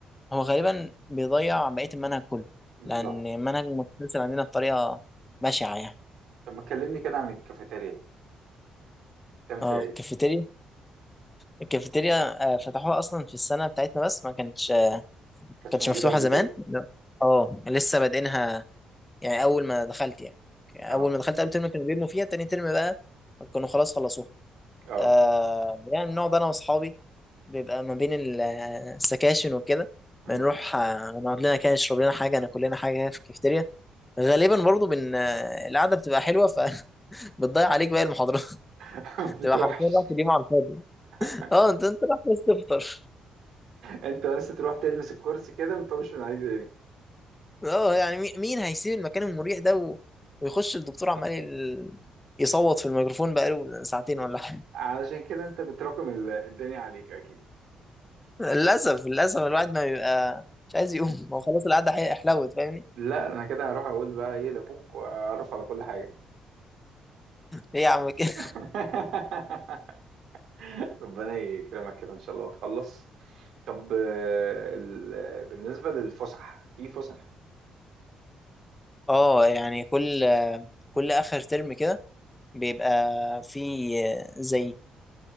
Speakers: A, on the left; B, on the right.
A: هو غالبا بيضيع بقيه المنهج كله
B: بالظبط
A: لان المنهج متسلسل عندنا بطريقه بشعه يعني
B: طب ما تكلمني كده عن الكافيتيريا كان فيها
A: اه
B: ايه؟
A: الكافيتيريا الكافيتيريا آه، فتحوها اصلا في السنه بتاعتنا بس ما كانتش آه،
B: كانتش
A: كانتش
B: موجودة
A: مفتوحه
B: قبل
A: زمان
B: كده
A: لا اه لسه بادئينها يعني اول ما دخلت يعني
B: اه
A: اول ما دخلت اول ترم كانوا بيبنوا فيها تاني ترم بقى كانوا خلاص خلصوها
B: اه
A: آه يعني بنقعد انا واصحابي بيبقى ما بين ال- آه، السكاشن وكده
B: أمم.
A: بنروح آه، نقعد لنا كده نشرب لنا حاجه ناكل لنا حاجه هنا في الكافيتيريا غالبا برضو بن آه، القعده بتبقى حلوه فبتضيع <laughs> عليك باقي المحاضرات
B: <laughs>
A: <laughs>
B: ما بتروحش
A: تبقى حرفيا رحت اليوم على الفاضي
B: <laughs>
A: اه انت انت رايح بس تفطر
B: انت بس تروح تلمس الكرسي كده وما تقومش من عليه تاني
A: اه يعني مي- مين هيسيب المكان المريح ده و... ويخش الدكتور عمال ال- يصوت في الميكروفون بقاله ساعتين ولا حاجه
B: علشان كده انت بتراكم ال- الدنيا عليك اكيد
A: <laughs> للاسف للاسف الواحد ما بيبقى مش عايز يقوم <laughs> هو خلاص القعده حي- حلوت فاهمني
B: لا انا كده هروح اقول بقى ايه لابوك واعرف على كل حاجه
A: ليه يا عم كده
B: <laughs> ربنا يكرمك كده ان شاء الله وتخلص طب آه، ال- بالنسبه للفسح في فسح
A: <laughs> اه يعني كل كل اخر ترم كده بيبقى في زي